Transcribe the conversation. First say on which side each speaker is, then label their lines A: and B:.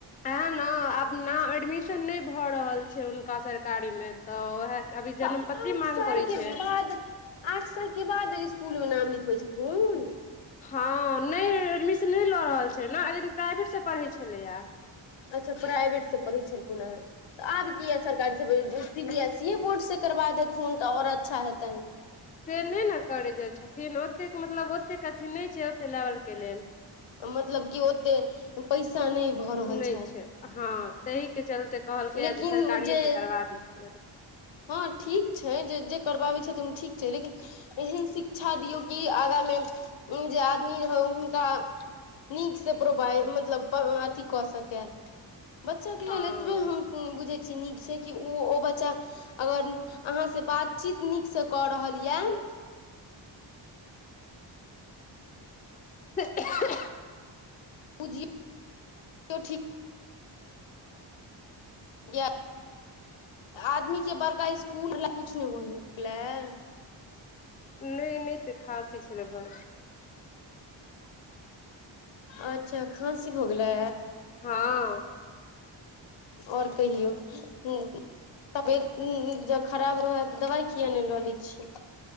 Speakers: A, on the left; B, on the left.
A: एहै ने आब न एडमिशन नहि भऽ रहल छैय हुनका सरकारी में। तऽ उएह अभी जन्म
B: तऽ
A: पत्री
B: आठ
A: मांग
B: साल
A: करै
B: के
A: छैय।
B: बाद आठ साल के बाद स्कूल मे नाम लिखबै छथुन।
A: हँ नहि एडमिशन नहि लऽ रहल छैय ने अ <unintelligible> प्राइवेटसँ पढ़ैत छलैया।
B: अच्छा प्राइवेट से पढ़ै छलखिन यै तऽ आब कीया सरकारी सी बी एस ई ए बोर्ड से करबा देथुन तऽ आओर अच्छा हेतनि।
A: से नहि ने करै जाय छथिन ओतेक मतलब ओतेक अथी नहि छैय ओतेक लेवल के लेल।
B: मतलब की ओते पैसा नहि भ रहल
A: छैय
B: छैय।
A: हँ ताहि के चलते कहलकैए
B: लेकिन
A: जे सरकारिएसे
B: जे
A: करवा दै छियै।
B: हँ ठीक छैय जे जे करबाबैत छथिन ठीक छैय लेकिन एहन शिक्षा शिक्षा दियौ कि आगाँमे जे आदमी हौ हुनका नीकसँ प्रोवाइड मतलब अथी कऽ सकै बच्चाके
A: हँ
B: लेल एतबे हम बुझै छियै नीक छैय कि ओ ओ बच्चा अगर अहाँसँ बातचीत नीकसँ कऽ रहल या
A: <inaudible>
B: बुझियौ ठीक या आदमीके बड़का इसकुलला किछु नहि <unintelligible>
A: नहि नहि तऽ खासि छलै न भ
B: अच्छा खाँसी भ गेलै।
A: हँ
B: आओर कहियौ हु तबियत जब खराब रहै तऽ दबाइ किया नहि लऽ लै छियै।